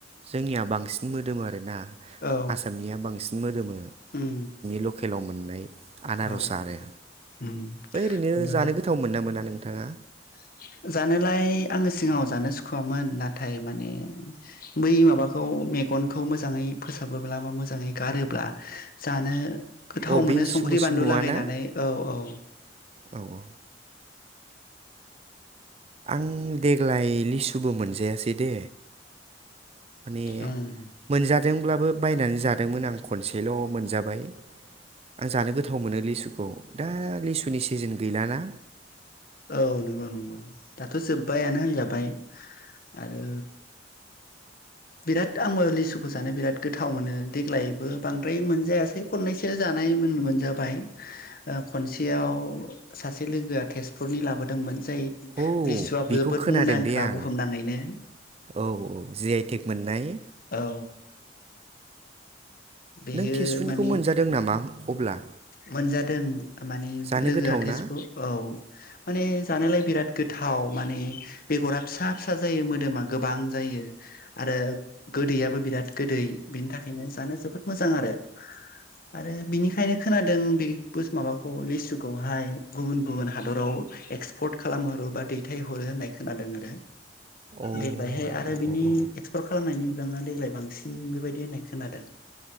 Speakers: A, on the right (about 35°); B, on the left (about 50°).
A: जोंनिया बांसिन मोदोम आरोना
B: औ
A: आसामनिया बांसिन मोदोमो
B: उम
A: लकेलाव मोननाय आनार'स
B: औ
A: आरो
B: उम
A: ओरैनो
B: ओमफ्राय
A: जानो गोथाव मोनना मो मोना नोंथाङा?
B: <inaudible> जानोलाय आङो सिगाङाव जानो सुखुवामोन नाथाय माने बै माबाखौ मेगनखौ मोजाङै फोसाबोब्ला बा मोजाङै गारोब्ला जानो गोथाव
A: अ बे
B: मोनो संख्रि
A: सुमु सुमुआ
B: बानलु लागायनानै
A: ना
B: औ औ
A: औ औ आं देग्लाय लिसुबो मोनजायासै दे। माने
B: उम
A: मोनजादों ब्लाबो बायनानै जादोंमोन आं खनसेल' मोनजाबाय। आं जानो गोथाव मोनो लिसुखौ दा लिसुनि सिजोन गैलाना
B: औ नंगौ नंगौ दाथ' जोब्बायानो होनजाबाय। आरो बिराद आंबो लिसुखौ जानो बिराद गोथाव मोनो देग्लायबो बांद्राय मोनजायासै खननैसो जानाय मोन मोनजाबाय ओ खनसेयाव सासे लोगोआ थेजपुरनि लाबोदोंमोन। जाय
A: औ
B: लिसुआ
A: बेखौ
B: जोबोद
A: खोनादों
B: मुंदांखा
A: दे आं
B: बुहुमनाङैनो।
A: औ औ जि आइ टेक मोननाय।
B: औ बेयो
A: नों थेसफुनिखौ
B: माने
A: मोनजादों नामा अब्ला?
B: मोनजादों माने
A: जानो
B: लोगोआ
A: गोथाव
B: तेजपु
A: ना
B: औ। माने जानोलाय बिराद गोथाव माने बेगरा फिसा फिसा जायो मोदोमा गोबां जायो। आरो गोदैयाबो बिराद गोदै बिनि थाखायनो जानो जोबोद मोजां आरो। आरो बिनिखायनो खोनादों बे पुस माबाखौ लिसुखौहाय गुबुन गुबुन हादराव एक्सपर्ट खालामो। ओ बा दैथाय हरो होननाय खोनादों आरो।
A: अ
B: देग्लायहाय आरो
A: औ
B: बिनि
A: औ औ
B: एक्सपर्ट खालामनायनि बिबाङा देग्लाय बांसिन बेबायदि होननाय खोनादों।